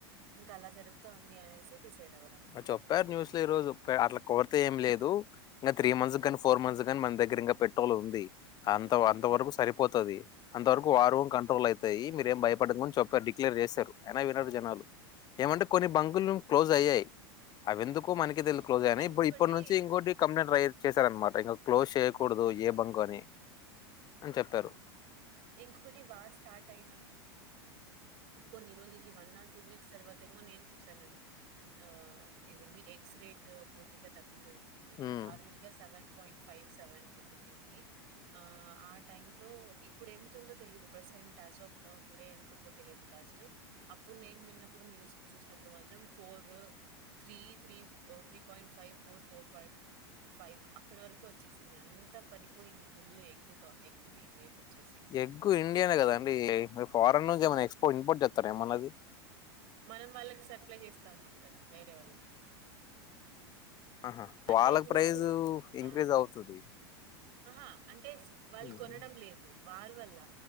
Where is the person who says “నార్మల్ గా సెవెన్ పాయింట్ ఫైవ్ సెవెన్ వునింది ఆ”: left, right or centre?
Right